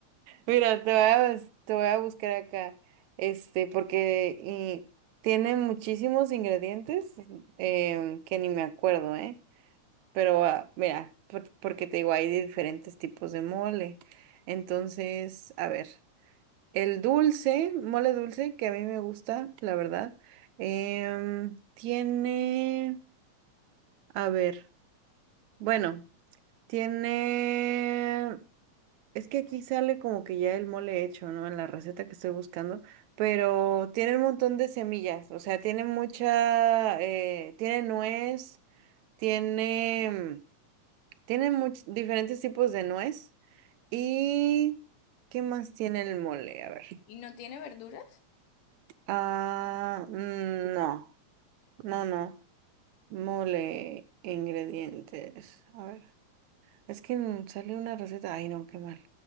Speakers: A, on the right; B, on the left.
A: Mira, te voy a, bus- te voy a buscar acá, este, porque y tiene muchísimos ingredientes em, que ni me acuerdo, ¿eh? Pero ah, mira, por- porque te digo, hay de diferentes tipos de mole. Entonces, a ver, el dulce, mole dulce, que a mí me gusta, la verdad, em, tiene, a ver, bueno, tiene Es que aquí sale como que ya el mole hecho, ¿no? En la receta que estoy buscando, pero tiene un montón de semillas, o sea, tiene mucha, eh, tiene nuez, tiene, tiene much- diferentes tipos de nuez y ¿qué más tiene el mole? A ver.
B: <laughs> ¿Y no tiene verduras?
A: Ah, mm, no, no, no, mole, ingredientes, a ver. Es que n- sale una receta, ay no, qué mal.